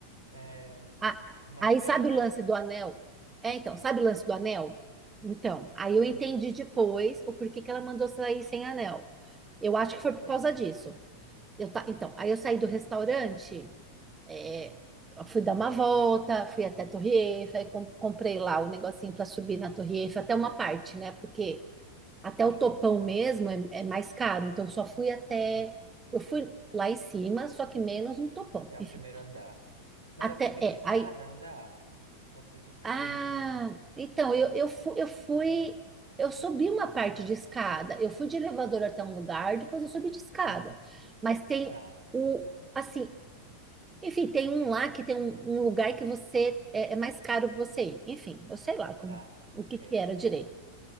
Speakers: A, on the right; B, on the right.
A: É,
B: Ah,
A: mas
B: aí
A: caramba,
B: sabe o lance do anel? É, então, sabe o lance do anel? Então, aí eu
A: hum,
B: entendi depois o porquê que ela mandou sair sem anel. Eu acho que
A: por
B: foi por
A: quê?
B: causa disso. Eu ta- Então, aí eu saí do restaurante, é, fui dar uma volta, fui até a Torre Eiffel, aí com- comprei lá o negocinho para subir na Torre Eiffel, até uma parte, né? Porque
A: Sim,
B: até o topão mesmo é, é mais caro, então eu só fui até.
A: ah,
B: Eu fui lá em cima, só que menos no topão,
A: até
B: enfim.
A: o primeiro andar. Mas
B: Até,
A: dá pra subir de
B: é,
A: escada,
B: aí.
A: não dá? Dá pra subir de escada
B: Ah,
A: o restante.
B: então, eu, eu, fu- eu fui. Eu subi uma parte de escada, eu fui de elevador até um lugar, depois eu subi de escada.
A: Ah,
B: Mas tem
A: tá,
B: o, assim, Enfim, tem um lá que tem um, um lugar que você é, é mais caro você ir. Enfim, eu sei lá como
A: tá,
B: o
A: ok,
B: que que era direito.